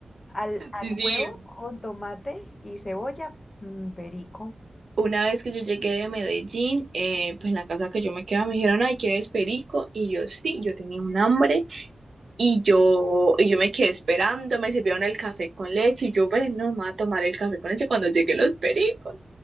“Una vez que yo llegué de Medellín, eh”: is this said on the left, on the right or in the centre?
Right